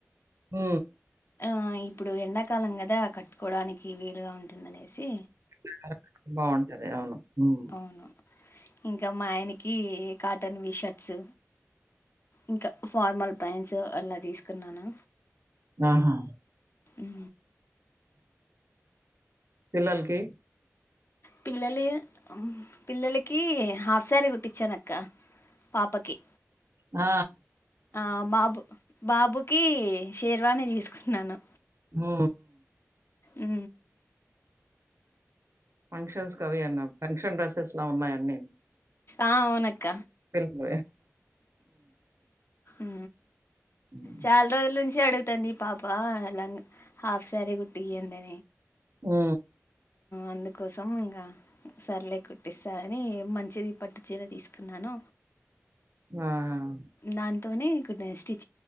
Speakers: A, on the right; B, on the left.
A: హ
B: ఆ ఇప్పుడు ఎండాకాలం కదా కట్టుకోవడానికి వే అగా ఉంటుందనేసి
A: వచ్చారా? బాగుంటది అవును ఉమ్.
B: అవును ఇంకా మా ఆయనకి కాటన్ వి షర్ట్స్ ఇంకా ఫార్మల్ పైన్స్ అలా తీసుకున్నాను
A: ఆహా
B: అ
A: తిల్లాలకి ఓకే
B: పిల్లలు పిల్లలకి హాఫ్ శారీ కుట్టించాన అక్క పాపకి
A: ఆ
B: ఆ బాబు బాబుక్ కి షేర్వాని తీసుకున్నాను
A: ఆ
B: అ
A: ఫంక్షన్స్ కవి అన్న ఫంక్షన్ షన్ డ్రెసెస్ ఉన్నాయ నేను
B: ఆ అవునక్క
A: పెరుమ
B: ఆ
A: ఉమ్.
B: చాలా రోజుల నుంచి అడుగుత కుట్టడి పాపా హాఫ సార కుట్టి అనే
A: ఆ
B: అందుకోసం ఇంకా సర్లే కొట్టిస్తా అని మంచిది పట్టు చీర తీసుకున్నాను
A: ఆ.
B: నాన్ తనే స్టిచ్